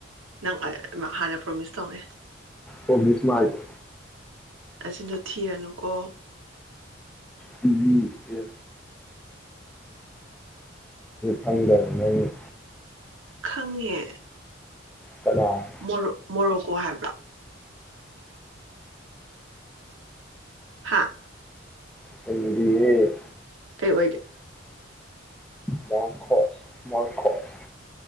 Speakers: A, on the right (about 80°); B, in the centre.
A: ꯅꯪ ꯍꯥꯟꯅ ꯄ꯭ꯔꯣꯃꯤꯁ ꯇꯧꯅꯦ
B: ꯑꯣ ꯃꯤꯁ ꯃꯥꯈ
A: ꯅꯆꯤꯟꯗꯨ ꯊꯤꯔꯅꯨ ꯀꯣ
B: ꯄꯤꯕꯤꯒꯦ ꯈꯪꯗꯔꯥ ꯅꯪꯅ
A: ꯈꯪꯉꯦ
B: ꯀꯅꯥ
A: ꯃꯣꯔꯣ ꯃꯣꯔꯣꯛꯀꯣ ꯍꯥꯏꯕ꯭ꯔꯣ ꯍꯥꯥ
B: ꯁꯟꯗꯦ
A: ꯀꯩ ꯑꯣꯏꯒꯦ
B: ꯃꯣꯔ ꯀꯣꯁ ꯃꯣꯔ ꯀꯣꯁ